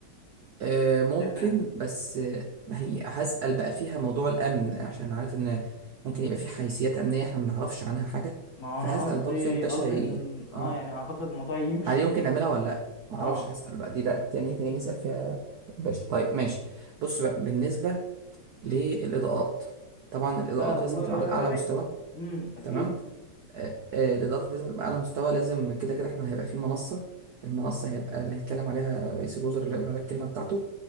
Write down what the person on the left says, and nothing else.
شايف ايه
ما هو
انا قصدي
قصدي
ان اه
يعني اعتقد الموضوع يمشي
اه
لا هو
امم اكيد